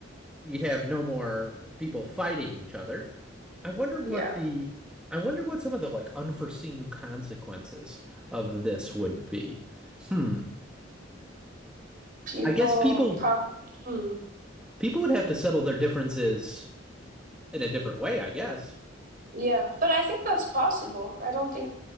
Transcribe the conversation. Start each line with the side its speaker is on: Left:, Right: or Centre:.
Centre: You'd have no more people fighting each other. I wonder what
Right: Yeah.
Centre: the I wonder what some of the like unforeseen consequences of this would be. Hmm.
Right: People
Centre: I guess people
Right: prob hmm.
Centre: people would have to settle their differences in a different way, I guess.
Right: Yeah, but I think that's possible. I don't think